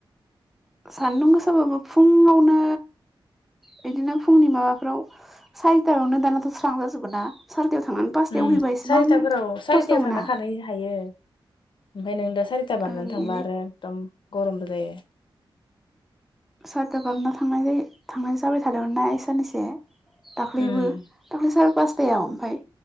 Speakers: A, in the centre; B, on the left (about 65°).
A: सान्दुं गोसाबाबो फुंङावनो बिदिनो फुंनि माबाफ्राव सारिथायावनो दानाथ' स्रां जाजोबोना सारिथायाव थांनानै पासथायाव
B: उम
A: हैबा इसेबां
B: सारिताफोराव सारिथायाव
A: खस्थ' मोना
B: थांना खानै हायो ओमफ्राय नों दा सारिता बारनानै
A: ओं
B: थांबा
A: बिदि
B: आरो एकदम गरमबो जायो
A: सारिथा बारना थांनाय जायो थांनाय जाबाय थादोंमोनना इ सानैसो दाख्लैबो
B: उम
A: दाख्लै सार फास थायाव ओमफफ्राय